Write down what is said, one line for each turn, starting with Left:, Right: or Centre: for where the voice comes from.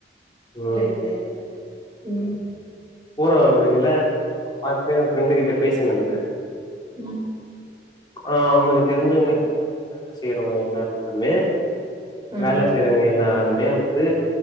Left: ம்
Right: இல்ல இல்ல இல்ல ம்
Left: பூரா இதுல அப்பாத்து ஃப்ரெண்டு கிட்ட பேசுனங்க
Right: ம்
Left: ஆ அவனுக்கு தெருஞ்சவங்க
Right: ம்
Left: வந்து வேலஸ் செய்றவங்க எல்லாருமே வேல
Right: ஆ
Left: செய்யறங்க எல்லாருமே வந்து